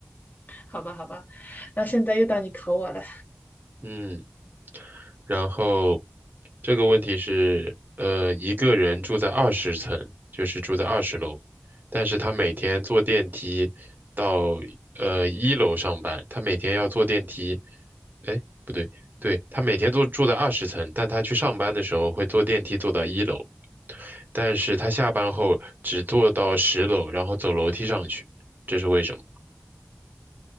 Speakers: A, on the left (about 45°); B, on the right (about 50°).
A: 好吧好吧，那现在又到你考我了。
B: 嗯。然后这个问题是，呃，一个人住在二十层，就是住在二十楼，但是他每天坐电梯到呃一楼上班，他每天要坐电梯，哎，不对，对，他每天都住在二十层，但他去上班的时候会坐电梯坐到一楼，但是他下班后只坐到十楼，然后走楼梯上去，这是为什么？